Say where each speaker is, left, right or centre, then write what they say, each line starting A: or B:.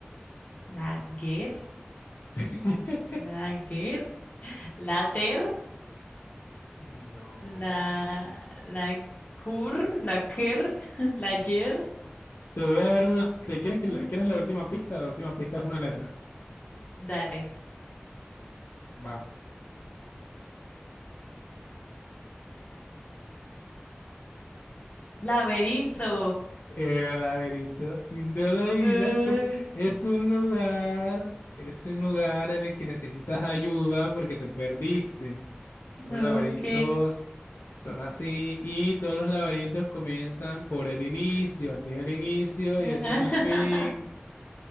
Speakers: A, on the left; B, on the left.
A: la guer,
B: <laughs>
A: la guer, la ter,
B: No.
A: la, la cur, la quer, <laughs> la yer.
B: Te voy a dar una. ¿Te quieres
A: Mm.
B: que la, quieres la última pista? La última pista es una letra.
A: Dale.
B: Va.
A: Laberinto.
B: Era laberinto y no lo adivinaste.
A: Uh.
B: Es un lugar, es un lugar en el que necesitas ayuda porque te perdiste. Los
A: Ok.
B: laberintos son así y todos los laberintos comienzan por el inicio. Aquí es el inicio
A: <laughs>
B: y este es el fin.